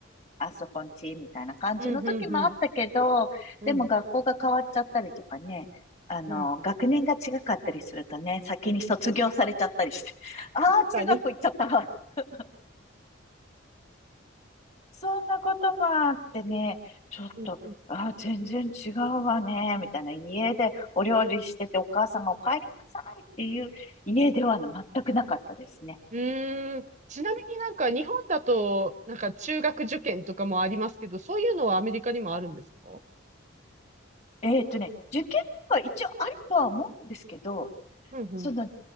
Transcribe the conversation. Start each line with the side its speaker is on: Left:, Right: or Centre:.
Left: あそこんち、みたいな感じの時もあったけど、
Right: うん、うん、うん。うん、
Left: でも学校が変わっちゃったりとかね、あの、
Right: うん。
Left: 学年が違かったりするとね、先に卒業されちゃったりして、<laughs> ああ、
Right: 確かに。
Left: 中学校行っちゃったわ。<laughs> そんなこともあってね、ちょっと、
Right: うん、うん。
Left: ああ、全然違うわね、みたいな。家でお料理してて、お母さんがお帰りなさいっていう家では全くなかったですね。
Right: うーん。ちなみになんか日本だと、なんか中学受験とかもありますけど、そういうのはアメリカにもあるんですか
Left: えっとね、受験が一応あるとは思うんですけど、
Right: うん、うん。
Left: その、